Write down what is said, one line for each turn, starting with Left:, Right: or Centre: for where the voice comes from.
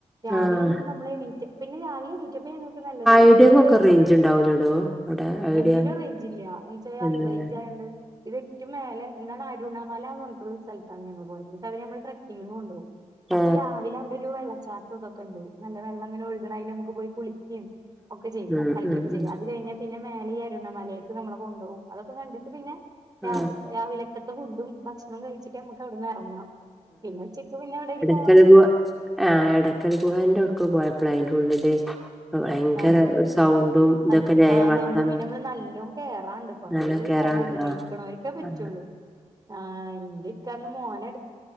Right: രാവിലെ
Centre: ആ
Right: എന്നിട്ട് നമ്മൾ എണീറ്റ പിന്നെ രാവിലെ എണീറ്റപ്പ ഞങ്ങക്ക് നല്ലതായിട്ട്
Centre: ഐഡിയക്കൊക്കെ
Right: പിന്നെ അവര്
Centre: റേഞ്ച് ഉണ്ടാവൂലടോ അവിടെ ഐഡിയ
Right: ഒന്നിനും റേഞ്ച് ഇല്ല എന്നച്ചാ
Centre: പിന്നെ
Right: ഹൈ റേഞ്ച് ആയോണ്ട് ഇത് ഏറ്റവും മേല എന്താണ് അരുണമല എന്ന് പറഞ്ഞട്ടുള്ള സ്ഥലാണ് ഞങ്ങങ്ങള് പോയത് അവര് ഞമ്മൾ ട്രക്കിങ്ങിന് കൊണ്ട് പോകും പസ്
Centre: ആ
Right: രാവിലെ അവിടെ ഒരു വെള്ളച്ചാട്ടം ഇതൊക്കെ ഉണ്ട് നല്ല വെള്ളം അങ്ങനെ ഒഴുകണ അത് ല് നമുക്ക് പോയി കുളിക്കുകയും ഒക്കെ ചെയ്യുക
Centre: ഉം
Right: കളിക്കുകൊക്കെ
Centre: ഉം
Right: ചെയ്യ
Centre: ഉം
Right: അത് കഴിഞ്ഞാൽ പിന്നെ മേലെ അരുണമലയൊക്ക് നമ്മളെ കൊണ്ട് പോകും അതൊക്കെ കണ്ടിട്ട് പിന്നെ
Centre: ആ
Right: രാവിലക്കത്തെ ഫുഡും ഭക്ഷണം കഴിച്ചിട്ട് നമ്മുക്ക് അവിടെന്ന് ഇറങ്ങാം പിന്നെ ഉച്ചയ്ക്ക് പിന്നെ എവിടെലും
Centre: ഇടക്കൽ ഗുഹ ആ് ഇടക്കൽ ഗുഹേന്റെടുക്ക പോയപ്പള അയിന്റെ ഉള്ളില് ഭയങ്കര
Right: ആഹ്
Centre: ഒരു സൗണ്ടും ഇതൊക്കെ
Right: അത്
Centre: ഞ
Right: ആ
Centre: വർത്താനം
Right: സൗണ്ട് പിന്നെ നമ്മള് നല്ലോം കേറാണ്ട് കൊറെ
Centre: നല്ല
Right: കേയറാണ്ട്
Centre: കേറാണ്ട്
Right: വയ്ക്ക്ണോൽക്കെ
Centre: ആ
Right: പറ്റുള്ളൂ
Centre: ആ
Right: ആ ഇന്റെക്കന്ന് മോന എടു